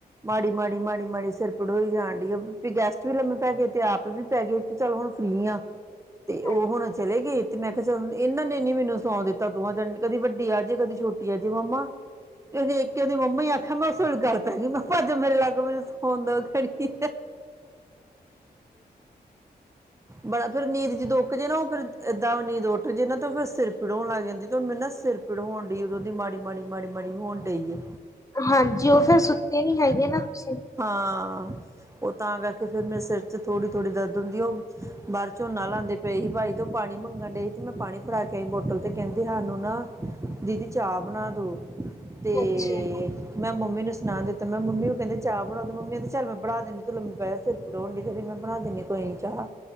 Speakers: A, on the right; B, on the left.
A: ਮਾੜੀ-ਮਾੜੀ, ਮਾੜੀ-ਮਾੜੀ ਸਿਰ ਪੀ ਪੜੋਈ ਜਾਣ ਡੀ ਆ ਵੀ ਗੈਸਟ ਵੀ ਲੰਮੇ ਪੈ ਗਏ ਤੇ ਆਪ ਵੀ ਪੈ ਗਏ ਕਿ ਚੱਲ ਹੁਣ ਫ੍ਰੀ ਆ। ਤੇ
B: ਹਾਂਜੀ
A: ਉਹ ਹੁਣ ਚਲੇ ਗਏ ਤੇ ਮੈਂ ਕਿਹਾ ਚਲ ਇਹਨਾਂ ਨੇ ਨੀ ਮੈਨੂੰ ਸੌਂ ਦਿੱਤਾ ਦੋਹਾਂ ਜਣ ਕਦੀ ਵੱਡੀ ਆ ਜੇ ਕਦੀ ਛੋਟੀ ਆ ਜੇ ਮੰਮਾ ਇੱਕ ਉਹਦੀ ਮੰਮੀ ਆਖਿਆ ਮੈਂ ਉਹ <unintelligible> ਮੈਂ ਭਾਜ ਮੇਰੇ ਲਾਗੋ ਮੈਨੂੰ ਸੌਣ ਦੋ ਖੜੀ ਬੜਾ ਫੇਰ ਨੀਂਦ ਜ਼ਿੱਦ ਉਕ ਜੇ ਨਾ ਉਹ ਫਿਰ ਏਦਾਂ ਵੀ ਨੀਂਦ ਉੱਠ ਜੇ ਨਾ ਫਿਰ ਸਿਰ ਪੀੜ ਹੋਣ ਲੱਗ ਜਾਂਦੀ ਤੇ ਹੁਣ ਮੈਨ ਨਾ ਸਿਰ ਪੜ ਹੋਣ ਡੀ ਏ ਉਦੋਂ ਦੀ ਮਾੜੀ-ਮਾੜੀ। ਮਾੜੀ-ਮਾੜੀ ਹੋਣ ਡਈ ਐ।
B: ਹਾਂਜੀ। ਉਹ ਫੇਰ ਸੁੱਤੇ ਨੀ ਹੈਗੇ ਨਾ ਤੁਸੀਂ।
A: ਹਾਂ। ਉਹ ਤਾਂ ਕਰਕੇ ਫੇਰ ਮੇ ਸਿਰ ਚ' ਥੋੜ੍ਹੀ ਥੋੜੀ ਦਰਦ ਹੁੰਦੀ, ਉਹ ਬਾਹਰ ਝੋਨਾ ਲਾਉਦੇ ਪਏ ਸੀ ਭਾਈ। ਜਦੋਂ ਪਾਣੀ ਮੰਗਣ ਡਈ ਸੀ ਤੇ ਮੈਂ ਪਾਣੀ ਫੜਾ ਕੇ ਆਈ ਬੋਟਲ ਤੇ ਕਹਿੰਦੇ ਸਾਨੂੰ ਨਾ ਦੀਦੀ ਚਾਹ ਬਣਾ ਦੋ। ਤੇੇੇੇੇੇਏ
B: ਅੱਛਾ ਅੱਛਾ
A: ਮੈਂ ਮੰਮੀ ਨੂੰ ਸੁਣਾ ਦਿੱਤਾ ਮੈਂ ਮੰਮੀ ਨੂੰ ਕਹਿੰਦੀ ਚਾਹ ਬਣਾਉਂ ਮ ਮੰਮੀ ਕਹਦੀ ਚ' ਮੈਂ ਬਣਾ ਦੰਦੀੂੰ ਮ ਪਆ ਸਿਰ ਪੜਾਉਣ ਡ ਤੇ ਮੈਂ ਬਣਾ ਦਿੰਦੀ ਕੋਈ ਨੀ ਚਾਹ।